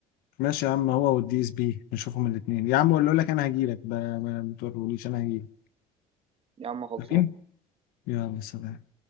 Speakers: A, on the left; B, on the right.
A: ماشي يا عم هو والدي اس بي نشوفهم الاثنين يا عم اقول لك انا هجيلك ب- ما ما تقولوليش انا هجيلك
B: يا عم خلصان
A: امين يلا سلام